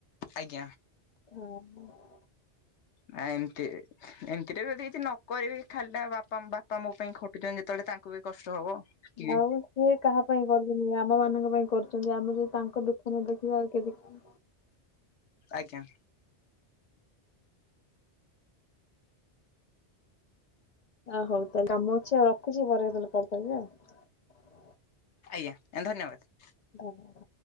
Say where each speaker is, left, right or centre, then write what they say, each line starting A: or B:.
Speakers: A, on the left (about 80°); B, on the left (about 50°).
A: ଆଜ୍ଞା।
B: ଅହଁ।
A: ନା ଏମିତି ଏମିତିରେ ଯଦି କିଛି ନ କରିବି ଖାଲି ଟା ବାପା ବାପା ମୋ ପାଇଁ ଖ ଟୁ ଚନ୍ତି ଯେତେବେଳେ ତାଙ୍କୁ ବି କଷ୍ଟ ହବ। ଟିକେ
B: ଆଉ ସିଏ କାହା ପାଇଁ ଗଲେ? ଆମ ମାନଙ୍କ ପାଇଁ କରୁଚନ୍ତି ଆମେ ଯଦି ତାଙ୍କ ଦୁଃଖ ନ ଦେଖିବା ଆଉ କେ ଦେଖିବ।
A: ଆଜ୍ଞା।
B: ଆ ହଉ ତାହେଲେ କାମ ଅଛି ଆଉ ରଖୁଛି। ପରେ କେତେବେଳେ କଲ୍ କରିବି ଆଉ।
A: ଆଜ୍ଞା ଧନ୍ୟବାଦ।
B: ଧନ୍ୟ <inaudible>